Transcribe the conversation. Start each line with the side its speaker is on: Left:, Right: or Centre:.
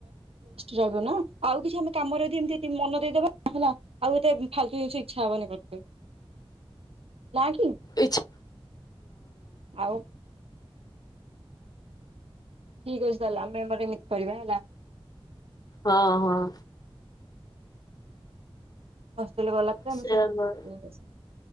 Right: ର ହିବନା ଆଉ କିଛି ଆମେ କାମରେ ଯି ଏମତି ମନ ଦେଇଦବା। ହେଲା ଆଉ ଏତେ ଫାଲତୁ ଜିନିଷ ଇଚ୍ଛା ହବନି କରତେ ନା କି?
Left: ଇଛା
Right: ଆଉ ଠିକ୍ ଅଛି ତାହେଲେ ଆମେ ଆମର ଏମିତି କରିବା ହେଲା।
Left: ହଁ ହଁ।
Right: ହଷ୍ଟେଲ ଗଲା ପରେ ଆମେ
Left: ସେୟା
Right: ସେମତିୁ
Left: କର